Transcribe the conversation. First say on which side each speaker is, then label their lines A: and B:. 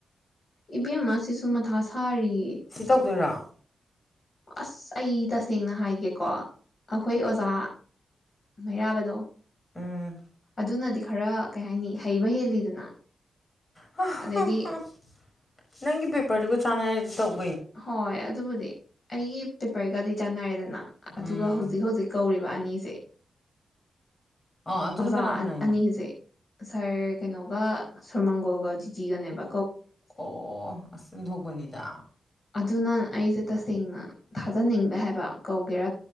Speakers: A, on the left; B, on the left.
A: ꯏꯕꯦꯝ ꯑꯁꯤꯁꯨ ꯃꯊꯥ ꯁꯥꯔꯤꯌꯦ
B: ꯁꯤ ꯇꯧꯗꯣꯏꯔꯥ
A: ꯑꯁ ꯑꯩ ꯇꯁꯦꯡꯅ ꯍꯥꯏꯒꯦꯀꯣ ꯑꯩꯈꯣꯏ ꯑꯣꯖꯥ ꯃꯩꯔꯥꯕꯗꯣ
B: ꯎꯝ
A: ꯑꯗꯨꯅꯗꯤ ꯈꯔ ꯀꯩ ꯍꯥꯏꯅꯤ ꯍꯩꯕ ꯍꯦꯜꯂꯤꯗꯅ
B: <unintelligible>
A: ꯑꯗꯩꯗꯤ
B: ꯅꯪꯒꯤ ꯄꯤ ꯄꯔꯒ ꯆꯥꯟꯅꯔꯗꯤ ꯇꯧꯕ
A: ꯍꯣꯏ ꯑꯗꯨꯕꯨꯗꯤ ꯑꯩꯒꯤ ꯇꯄꯩꯒꯗꯤ ꯆꯅ ꯍꯥꯏꯗꯅ ꯑꯗꯨꯒ
B: ꯎꯝ
A: ꯍꯧꯖꯤꯛ ꯍꯧꯖꯤꯛ ꯀꯧꯔꯤ ꯋꯥꯅꯤꯁꯦ
B: ꯑꯥ ꯑꯗꯨꯅ
A: ꯑꯣꯖꯥ
B: ꯀꯅꯥ ꯀꯅꯥꯏꯅꯣ
A: ꯑꯅꯤꯁꯦ ꯉꯔ ꯀꯩꯅꯣꯒ ꯁꯣꯔꯃꯪꯒꯣꯜꯒ ꯖꯤꯇꯖꯤꯒꯅꯦꯕꯣ
B: ꯑꯣ ꯑꯁꯨꯝ ꯒꯅꯤꯗ
A: ꯑꯗꯨꯅ ꯑꯩꯁꯦ ꯇꯁꯦꯡꯅ ꯊꯥꯖꯅꯤꯡꯕ ꯍꯥꯏꯕ ꯀꯧꯒꯦꯔ